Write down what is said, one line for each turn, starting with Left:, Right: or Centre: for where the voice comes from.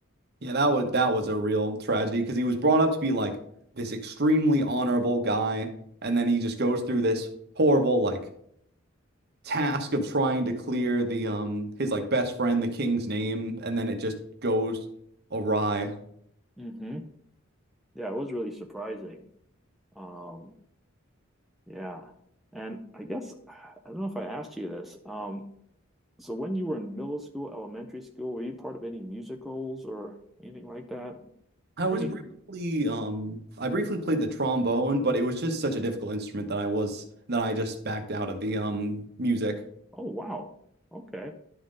Right: Yeah, that was that was a real tragedy because he was brought up to be like this extremely honorable guy, and then he just goes through this horrible like task of trying to clear the um his like best friend, the king's name, and then it just goes awry.
Centre: hmm Yeah, it was really surprising. Um, yeah, and I guess I don't know if I asked you this. Um, So when you were in middle school, elementary school, were you part of any musicals or anything like that?
Right: I
Centre: Or
Right: was
Centre: any,
Right: briefly um I briefly played the trombone, but it was just such a difficult instrument that I was that I just backed out of the um music.
Centre: oh wow. Okay.